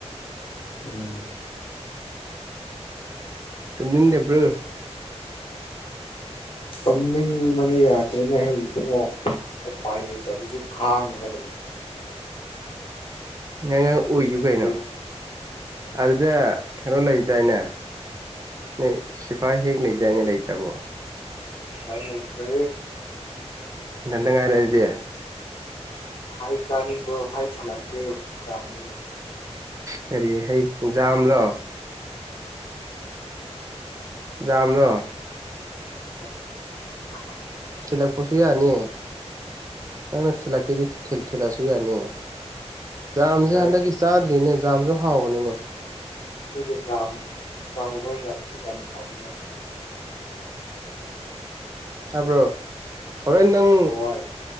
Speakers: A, on the left (about 50°); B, on the right (about 30°).
A: ꯎꯝ
B: ꯇꯨꯝꯅꯤꯡꯗꯕ꯭ꯔꯣ
A: ꯇꯨꯝꯅꯤꯡꯕꯅ ꯌꯗ꯭ꯔꯦꯅꯦꯍꯦ ꯏꯕꯨꯡꯉꯣ ꯎꯄꯥꯏ ꯂꯩꯇꯕꯒꯤ ꯈꯥꯡꯕꯅꯦ
B: ꯅꯪ ꯑꯉꯥꯡ ꯑꯣꯏꯎ
A: ꯑꯗꯨꯗꯤ
B: ꯀꯩꯅꯣ ꯑꯗꯨꯗ ꯀꯩꯅꯣ ꯂꯩꯗꯥꯏꯅꯦ ꯅꯣꯏ ꯁꯤꯐꯥꯏ ꯍꯦꯛ ꯂꯩꯗꯥꯏꯅꯦ ꯂꯩꯇ꯭ꯔꯕꯣ
A: ꯁꯤꯐꯥꯏ ꯂꯩꯇ꯭ꯔꯦ
B: ꯏꯊꯟꯇ ꯉꯥꯏꯔꯦ ꯑꯗꯨꯗꯤ
A: ꯍꯩ ꯆꯥꯅꯤꯡꯕ꯭ꯔꯣ ꯍꯩ ꯊꯤꯜꯂꯛꯀꯦ ꯆꯥꯕꯅꯤꯅ
B: ꯀꯔꯤ ꯍꯩ ꯖꯥꯝ ꯂꯣ ꯖꯥꯝꯂꯣ
A: <inaudible>
B: ꯊꯤꯜꯂꯛꯄꯁꯨ ꯌꯥꯅꯤ ꯅꯪꯅ ꯊꯤꯂꯛꯀꯦꯗꯤ ꯊꯤꯜ ꯊꯤꯜꯂꯛꯑꯁꯨ ꯌꯥꯅꯤ ꯖꯥꯝꯁꯦ
A: ꯑꯩꯒꯤ
B: ꯍꯟꯗꯛꯀꯤ ꯆꯥꯗ꯭ꯔꯤꯅꯦ ꯖꯥꯝꯁꯨ ꯍꯥꯎꯕꯅꯤꯅꯦ
A: ꯑꯗꯨꯒꯤ ꯖꯥꯝ ꯆꯥꯎꯕꯖꯥꯠꯁꯤ ꯌꯥꯝ ꯍꯥꯎꯕꯅꯦ
B: ꯇꯥꯕ꯭ꯔꯣ ꯍꯣꯔꯦꯟ ꯅꯪ
A: ꯍꯋꯥꯏ